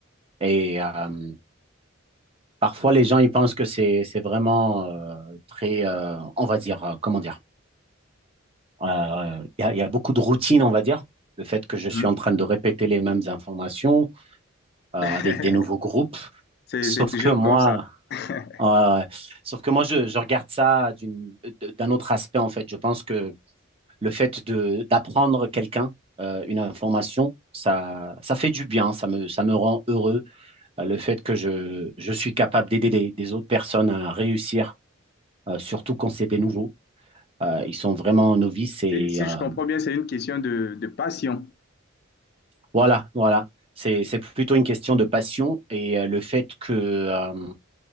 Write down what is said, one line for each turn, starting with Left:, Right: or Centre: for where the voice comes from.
Right: Et euh, parfois, les gens, ils pensent que c'est, c'est vraiment euh, très, euh, on va dire, euh, comment dire, euh, il y a, il y a beaucoup de routine, on va dire. Le fait que je
Left: Mhm.
Right: suis en train de répéter les mêmes informations euh, avec
Left: <laughs>
Right: des nouveaux groupes. <laughs>
Left: C'est,
Right: Sauf
Left: c'est toujours
Right: que moi,
Left: comme ça. <laughs>
Right: euh, sauf que moi, je, je regarde ça d'une, d'un autre aspect, en fait. Je pense que le fait de d'apprendre quelqu'un euh, une information, ça, ça fait du bien, ça me, ça me rend heureux. Euh, le fait que je, je suis capable d'aider des, des autres personnes à réussir, euh, surtout quand c'est des nouveaux. Euh, ils sont vraiment novices et
Left: Si, si
Right: euh,
Left: je comprends bien, c'est une question de, de passion.
Right: voilà, voilà. C'est, c'est plutôt une question de passion et euh, le fait que, euh,